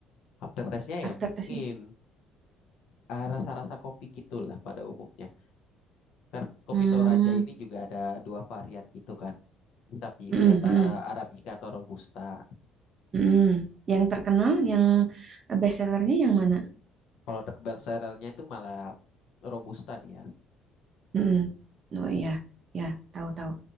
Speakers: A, on the left (about 60°); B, on the right (about 30°).
A: after taste-nya
B: After
A: ya mungkin
B: testnya?
A: ah, rasa-rasa kopi gitulah pada umumnya. Karena kopi
B: Hmm,
A: Toraja ini juga ada dua varian gitu kan. Bisa pilih
B: mm-mm,
A: antara
B: mm-mm,
A: Arabica atau Robusta.
B: mm-mm. Yang terkenal, yang best sellernya yang mana?
A: Kalau bestsellernya itu malah Robusta dia.
B: Mm-mm. Oh iya, ya tahu tahu.